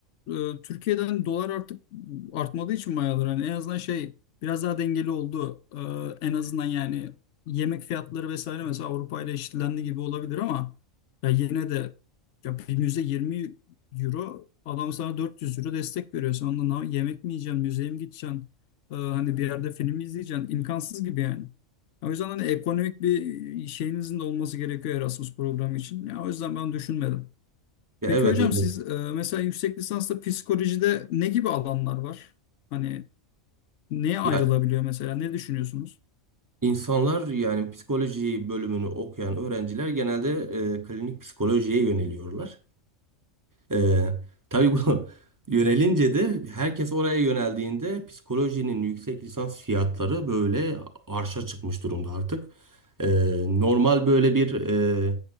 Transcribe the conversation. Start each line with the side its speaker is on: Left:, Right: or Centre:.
Left: e, Türkiye'den dolar artık artmadığı için mayalar hani en azından şey biraz daha dengeli oldu. E, en azından yani yemek fiyatları vesaire mesela Avrupa ile eşitlendi gibi olabilir ama ya yine de ya bir müze 20 euro adam sana 400 euro destek veriyor. Sen ondan ne- yemek mi yiyeceksin, müzeye mi gideceksin? E, hani bir yerde film mi izleyeceksin? İmkansız gibi yani. O yüzden hani ekonomik bir şeyinizin de olması gerekiyor Erasmus programı için. Ya o yüzden ben düşünmedim.
Right: Ya
Left: Peki
Right: evet
Left: hocam
Right: öyle.
Left: siz e, mesela yüksek lisansta psikolojide ne gibi alanlar var? Hani neye ayrılabiliyor
Right: Ya
Left: mesela? Ne düşünüyorsunuz?
Right: insanlar yani psikoloji bölümünü okuyan öğrenciler genelde e, klinik psikolojiye yöneliyorlar. E, tabii bu <laughs> yönelince de herkes oraya yöneldiğinde psikolojinin yüksek lisans fiyatları böyle arşa çıkmış durumda artık. E, normal böyle bir e,